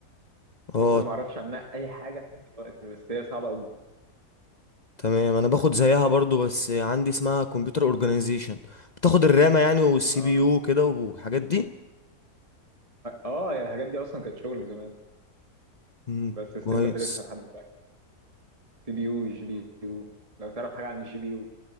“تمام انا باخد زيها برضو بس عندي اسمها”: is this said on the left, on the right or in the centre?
Left